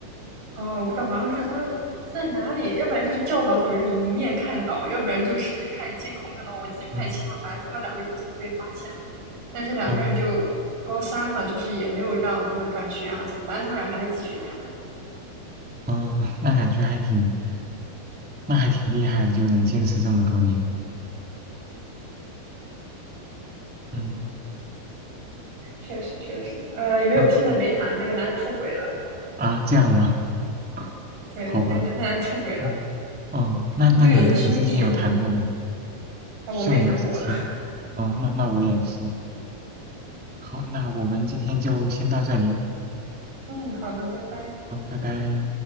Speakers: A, on the right; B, in the centre.
A: 哦，我不知道，好像是他们是在哪里，要不然就是教导主任一面看到，要不然就是看监控看到，我记不太清了。
B: 嗯
A: 反正他们两个就这么被发现了，但是两个人就高三了，
B: 嗯
A: 就是也没有让他们转学啊，怎么？反正他们俩还在继续谈。
B: 嗯，那感觉还挺，那还挺厉害的，就能坚持这么多年。嗯
A: 确实，确实，呃，也没有，
B: 嗯
A: 现在没谈。那个男的出轨了，
B: 啊，这样吗？<laughs>
A: 对，
B: 好吧。
A: 那男男的出轨了，
B: 嗯哦，那那你呢？
A: 绿了他兄弟。
B: 你之前有谈过吗？
A: 啊、
B: 校园时期。
A: 我没谈过。
B: 哦，那那我也是。好，那我们今天就先到这里。
A: <laughs> 嗯，好的，拜拜。
B: 好，拜拜。